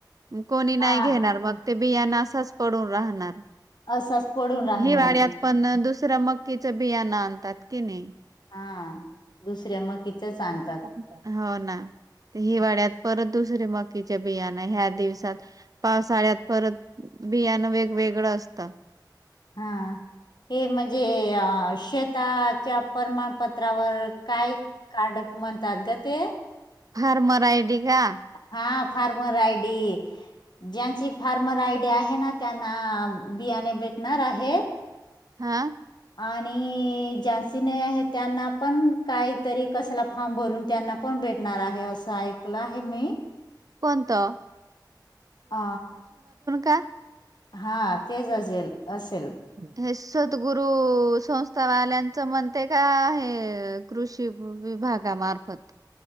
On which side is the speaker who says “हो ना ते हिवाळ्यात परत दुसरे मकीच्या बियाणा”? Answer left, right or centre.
Right